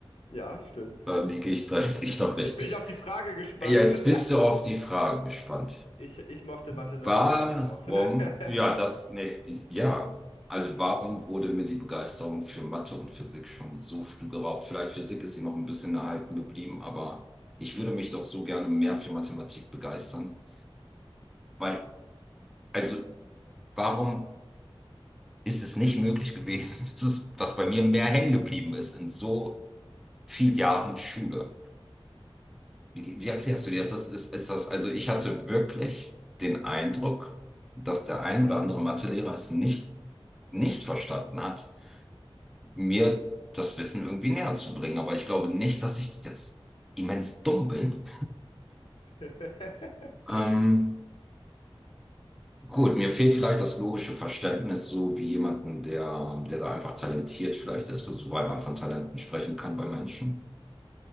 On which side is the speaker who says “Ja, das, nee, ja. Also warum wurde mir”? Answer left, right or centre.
Centre